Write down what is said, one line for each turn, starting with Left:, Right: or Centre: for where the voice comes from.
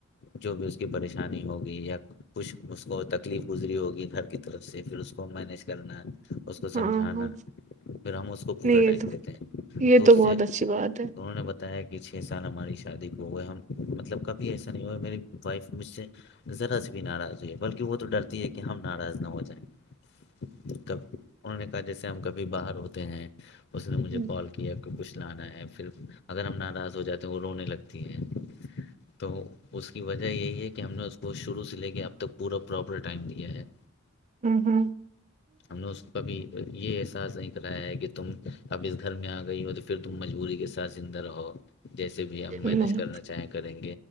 Left: جو بھی کی پریشانی ہوگی یا خوش خش اس کو تکلیف گزری ہوگی گھر کی طرف سے پھر اس کو مینیج کرنا اس کو
Right: ہاں
Left: سمجھانا
Right: ہاں
Left: پھر ہم اس کو پورا
Right: نہیں یہ
Left: ٹائم
Right: تو
Left: دیتے ہیں
Right: یہ
Left: تو اس سے
Right: بہت اچھی بات ہے
Left: انہوں نے ب ہے کہ چھ سال ہماری شادی کو ہو گئے ہم مطلب کب ایسا نہیں ہو میری وائف مجھ سے ذرا بھی ناراض ہوئی ہے بلکہ وہ تو ڈرتی ہے کہ ہم ناراض نہ ہو جائیں کب انہوں نے کہا جیسے ہم کبھی باہر ہوتے ہیں اس نے مجھے
Right: ہوں
Left: کال کیا کہ کچھ لانا ہے پھر اگر ہم ناراض ہو جاتے ہیں وہ رونے لگتی ہے تو اس کی وجہ یہی ہے کہ ہم نے اس کوش لے کے اب ت پا پرپر ٹم د
Right: ہوں
Left: ہم نے یہ احساس نہیں کرایا ہے کہ تم اب اس گھر میں آ گئی ہو تو پھر تم مجبوری کے ساتھ زندہ رہو جیسے بھی ہم
Right: نہیں
Left: مینج
Right: نہیں
Left: کرنا چاہیں گ